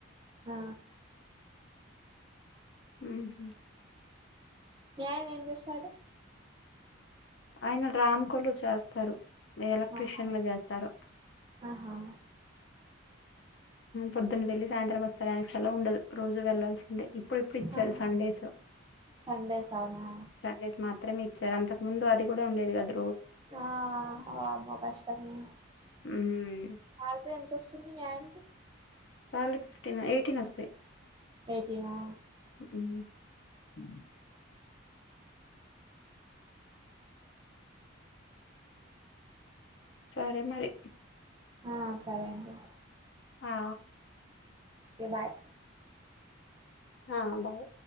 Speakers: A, on the right; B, on the left.
A: ఆ
B: మ్మ్
A: మీ ఆయన ఏం చేస్తాడు
B: ఆయన రామ్కోలు చేస్తారు ఎలక్ట్రిషియన్
A: ఆహా
B: గా చేస్తారు
A: ఆహా
B: పొద్దున్న వెళ్లి సాయంత్రం వస్తాడు ఆయనకి సెలవు ఉండదు రోజు వెళ్లాల్సిందే ఇప్పుడిప్పుడు ఇచ్చారు
A: ఆహా
B: సండేస్ స
A: సండేస్ అవునా
B: సండేస్ మాత్రమే ఇచ్చారు అంతకు ముందు అది కూడా ఉండేది కాదు
A: ఆ ఆమే గష్టమి
B: హ్మ్.
A: సాలరీ ఎంతొస్తుంది మీ ఆయనకి
B: శాలరీ ఫిఫ్టీన్ ఎయిటీన్ వస్తాయి
A: ఎయిటీనా
B: మ్మ్ మ్మ్ సరే మరి
A: ఆ సరే అండి
B: ఆ
A: ఓకే బాయ్
B: ఆ బాయ్